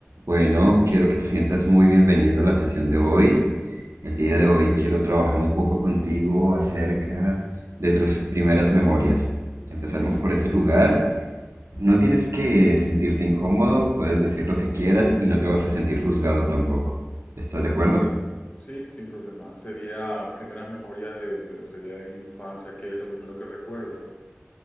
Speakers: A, on the right; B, on the left.
A: Bueno, quiero que te sientas muy bienvenido a la sesión de hoy. El día de hoy quiero trabajar un poco contigo acerca de tus primeras memorias. Empezaremos por ese lugar. No tienes que sentirte incómodo, puedes decir lo que quieras y no te vas a sentir juzgado tampoco. ¿Estás de acuerdo?
B: Sí, sin problema. Sería primeras memorias de, de- sería de mi infancia, ¿qué es lo primero que recuerdo?